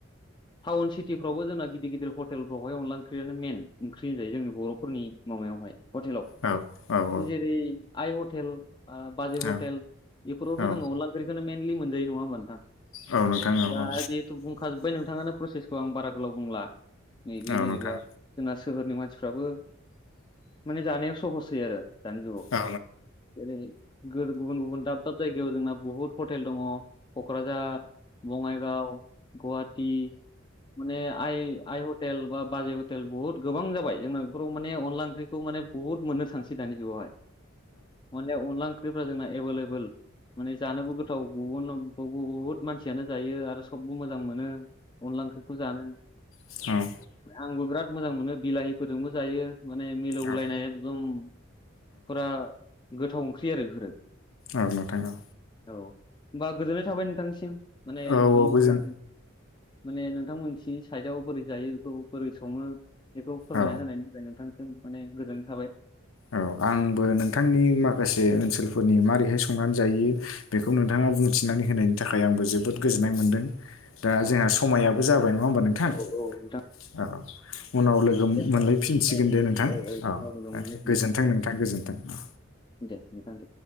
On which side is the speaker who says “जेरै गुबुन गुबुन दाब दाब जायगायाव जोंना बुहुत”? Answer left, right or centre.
Left